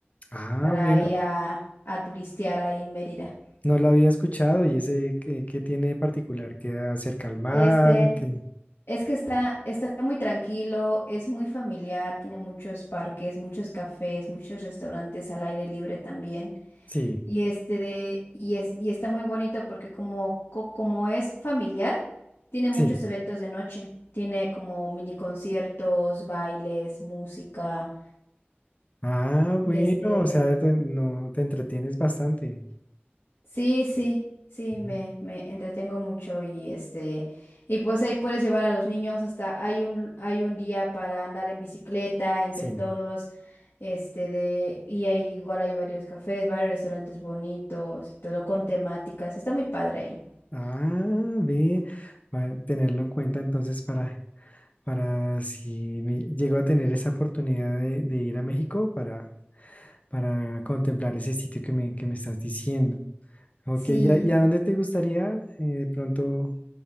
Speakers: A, on the left; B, on the left.
A: Ah,
B: para
A: bueno,
B: ir a, a turistear ahí en Mérida.
A: no lo había escuchado. ¿Y ese qué, qué tiene de particular? ¿Qué acerca al mar?
B: Este,
A: que
B: es que está, está muy tranquilo, es muy familiar, tiene muchos parques, muchos cafés, muchos restaurantes al aire libre también.
A: Sí,
B: Y este de, y es, y está muy bonito porque como, co- como es familiar, tiene muchos
A: sí.
B: eventos de noche. Tiene como mini conciertos, bailes, música.
A: Ah, bueno,
B: Y este,
A: o sea, te, no, te entretienes bastante.
B: sí, sí, sí,
A: Mm,
B: me, me entretengo mucho y este, y pues ahí puedes llevar a los niños hasta hay un, hay un día para andar en bicicleta entre
A: Sí.
B: todos. Este de, y hay, igual hay varios cafés, varios restaurantes bonitos y todo con temáticas. Está muy padre ahí.
A: Ah, ve, va a tenerlo en cuenta entonces para, para si me llego a tener esa oportunidad de, de ir a México para, para contemplar ese sitio que me, que me estás diciendo. Ok,
B: Sí.
A: ¿y a, y a dónde te gustaría eh, de pronto?